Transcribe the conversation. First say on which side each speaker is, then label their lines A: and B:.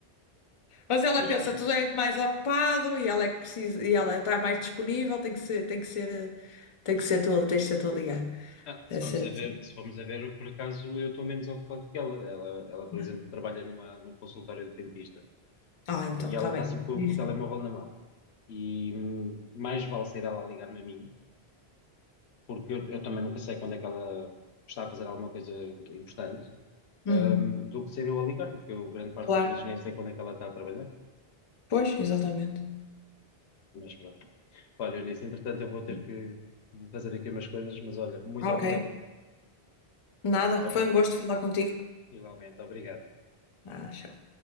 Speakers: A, on the left (about 40°); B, on the left (about 85°).
A: Mas ela
B: Mas
A: pensa,
B: pronto.
A: tu és mais ocupado e ela é que precisa, e ela está mais disponível, tem que ser, tem que ser, eh, tem que ser tua, tens de ser tu a ligar.
B: Ah, se
A: Deve
B: vamos
A: ser
B: a
A: assim.
B: ver, se vamos a ver, eu, por acaso eu estou menos ocupado que ela. Ela, ela, por
A: não
B: exemplo,
A: é?
B: trabalha numa, num consultório de dentista
A: Ah, então
B: e
A: está
B: ela está
A: bem.
B: sempre com,
A: Dizem.
B: o com o telemóvel na mão. E hum, mais vale ser ela a ligar-me a mim porque eu, eu também nunca sei quando é que ela está a fazer alguma coisa importante, ahm,
A: Uhum,
B: do que ser eu a ligar-lhe, que eu grande parte
A: Claro.
B: das vezes nem sei quando é que ela está a trabalhar,
A: Pois, exatamente.
B: mas pronto. Olha, Eunice, entretanto eu vou ter
A: Sim.
B: que fazer aqui umas coisas, mas olha, muito
A: Ok.
B: obrigado.
A: Nada.
B: Oh,
A: Foi um gosto falar contigo.
B: Igualmente, obrigado.
A: Ah, tchau.